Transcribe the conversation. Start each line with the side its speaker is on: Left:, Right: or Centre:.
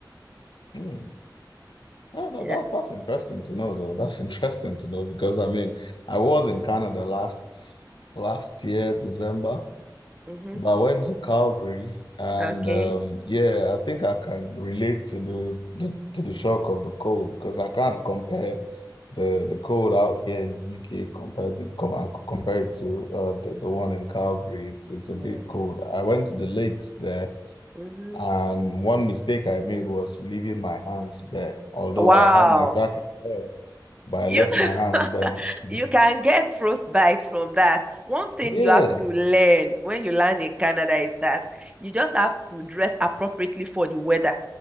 Left: Hmm. Oh, that,
Right: Yeah.
Left: that, that's interesting to know, though. That's <laughs> interesting to know because I mean, I was in Canada last last year, December.
Right: Mm-hmm.
Left: But I went to Calgary, and
Right: Okay.
Left: um, yeah, I think I can relate to the, the to the shock of the cold because I can't
Right: Yeah.
Left: compare the the cold out here in the UK compared to com uh, compared to uh, the the one in Calgary. It's it's a
Right: Yeah.
Left: bit cold. I went to the lakes there,
Right: Mm-hmm.
Left: and one mistake I made was leaving my hands bare. Although
Right: Wow.
Left: I had my jacket on, but I
Right: You
Left: left
Right: <laughs>
Left: my hands bare. <laughs>
Right: you can get frostbite from that. One thing
Left: Yeah.
Right: you have to learn when you land in Canada is that you just have to dress appropriately for the weather.